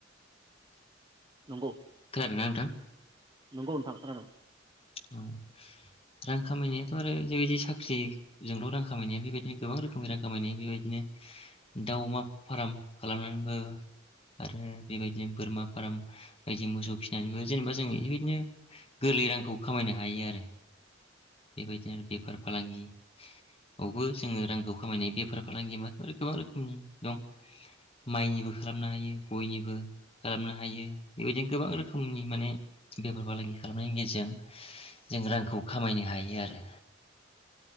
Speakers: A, on the right (about 25°); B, on the left (about 30°).
A: नंगौ
B: खोनादों ना नोंथां?
A: नोंगौ नोंथां खोनादों।
B: औ रां खामायनायाथ' आरो जेबायदि साख्रिजोंल' रां खामायनाया बेबायदिनो गोबां रोखोमनि रां खामायनाय बेबायदिनो दा अमा फार्म खालामनानैबो आरो बेबायदिनो बोरमा फार्म बायदि मोसौ फिसिनानैबो जेनेबा जों बेबायदिनो गोरलै रांखौ खामायनो हायो आरो बेबायदिनो बेफार फालांगि बेयावबो जोङो रांखौ खामायनाय बेफार फालांगि माथ गोबां रोखोमनि दं माइनिबो खालामनो हायो गयनिबो खालामनो हायो बेबायदिनो गोबां रोखोमनि माने बेफार फालांगि खालामनायनि गेजेरजों जों रांखौ खामायनो हायो आरो